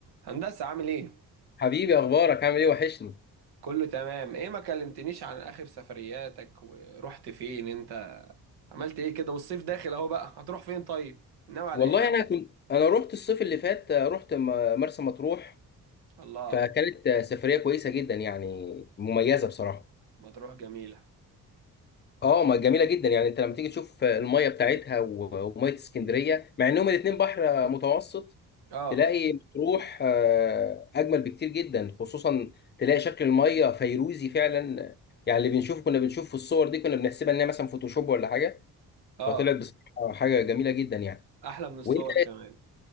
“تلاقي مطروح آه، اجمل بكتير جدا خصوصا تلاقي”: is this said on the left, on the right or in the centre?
Left